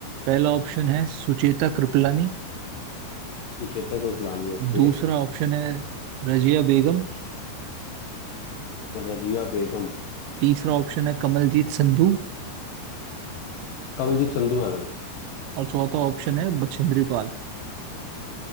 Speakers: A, on the right; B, on the left.
A: पहला ऑप्शन है सुचेता कृपलानी
B: सुचेतक रुकलानी ओके
A: दूसरा ऑप्शन है रजिया बेगम
B: रजिया बेगम
A: तीसरा ऑप्शन है कमलजीत संधू
B: कमलजीत संधू है भाई
A: और चौथा ऑप्शन है बछेंद्री पाल